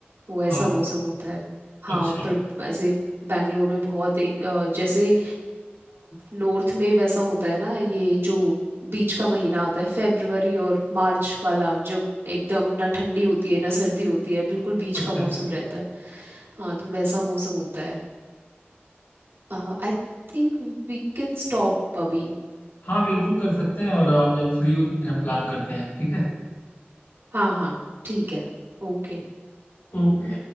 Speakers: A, on the right; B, on the left.
A: वो ऐसा
B: हाँ
A: मौसम होता है हाँ
B: अच्छा
A: पर ऐसे बैंगलोर में बहुत एक अ, जैसे नॉर्थ में वैसा होता है ना ये जो बीच का महीना आता है फेब्रुवरी और मार्च वाला जब एकदम ना ठंडी होती है ना सर्दी होती है बिल्कुल बीच
B: अच्छा
A: का मौसम रहता है हाँ तो वैसा मौसम होता है I think we can stop अभी
B: हाँ बिल्कुल कर सकते हैं और आप जब फ्री हो तो फिर हम प्लान करते हैं ठीक है
A: हाँ हाँ ठीक है ओके
B: ओके